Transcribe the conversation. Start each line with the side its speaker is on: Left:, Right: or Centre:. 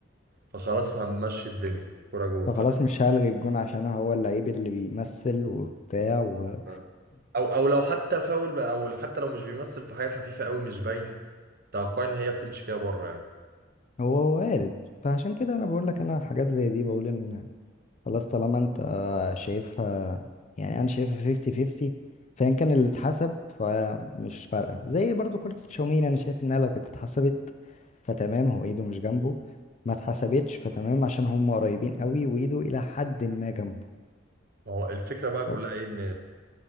Right: فخلاص هنمشي الدنيا كرة جون
Left: فخلاص
Right: فاهم
Left: مش هلغي الجون عشان هو اللعيب اللي بيمثل وبتاع وهو
Right: آه. او او لو حتى فاول بقى- او حتى لو مش بيمثل في حاجة خفيفة قوي مش باينة توقع ان هي بتمشي كده بره يعني
Left: وارد فعشان كده انا بقول لك انا حاجات زي دي بقول ان خلاص طالما انت شايفها يعني انا شايفها 50 50 فان كان اللي اتحسب فمش فارقه زي برضو كره تشاوميني انا شايف انها لو كانت اتحسبت فتمام هو ايده مش جنبه ما اتحسبتش فتمام عشان هم قريبين قوي وايده الى حد ما جنبه
Right: ما هو الفكرة بقى كلها
Left: ف-
Right: ايه ان